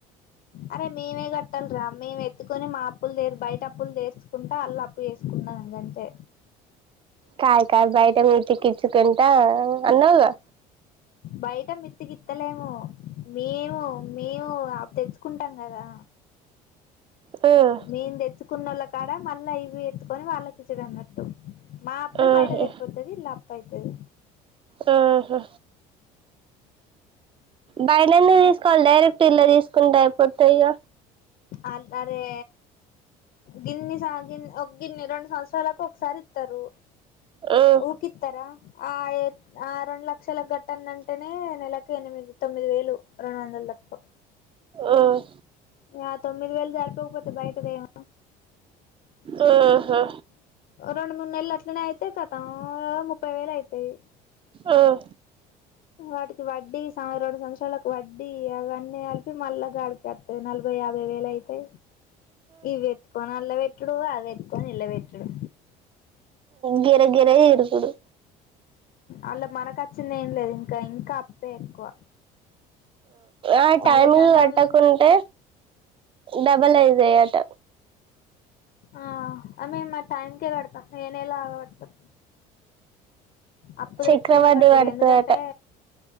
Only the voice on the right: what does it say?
కాదు కాదు బయట మెత్తికిచ్చుకుంటాం అన్నావ్ గా
మ్మ్
మ్మ్
మ్మ్ హు బైలేలి తీసుకోవాలి డైరెక్ట్ ఇల్ల తీసుకుంటే అయిపోతాయిగా
మ్మ్
ఉం
ఉ హా
ఉం
గిర గిర ఇరుకుడు
ఆ
టైమింగ్
కట్టకుంటే డబల్ ఐతయట
చక్రవడ్డీ
పడతదట